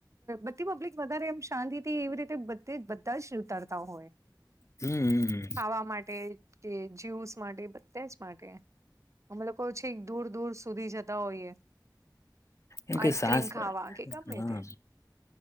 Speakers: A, on the right; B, on the left.
A: બધી પબ્લિક વધારે એમ શાંતિથી એવી રીતે બધા, બધા જ ઉતરતા હોય.
B: હમ
A: ખાવા માટે કે, જ્યુસ માટે બધા જ માટે. અમે લોકો છે, દૂર-દૂર સુધી જતા હોઈએ.
B: એમ
A: આઈસક્રીમ
B: કે, સાસ પડે,
A: ખાવા કે ગમે
B: હા.
A: તે